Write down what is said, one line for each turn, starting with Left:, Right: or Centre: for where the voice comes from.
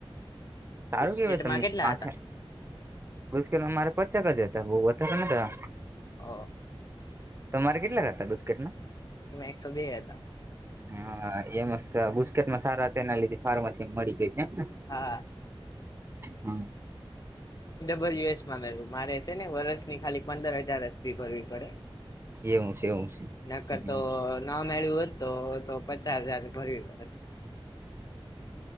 Right: સારું
Left: ગુસ્કેટમાં
Right: કેવાય તમને
Left: કેટલા
Right: પાછ
Left: હતા
Right: ગુસ્કેલમાં મારે પચાકા જતા બહ વધારે નતા
Left: હા
Right: તમારે કેટલા તા મેં નાસ્
Left: એકસો બે હતા
Right: હા હા એમ સ ટ સારા તેના લી ફાર્માસી મળી જાય છેને
Left: હા
Right: હમ
Left: બલ્યુ એસમાંવ મારે છે ને વરષની ખાલી પંદર હજાર હસ્ ભરવી પડે
Right: એવું છે એવું છે
Left: નકર
Right: હમ
Left: તો ના મેળ્યું હો જ તો તો પચાસ હજાર ભર્યું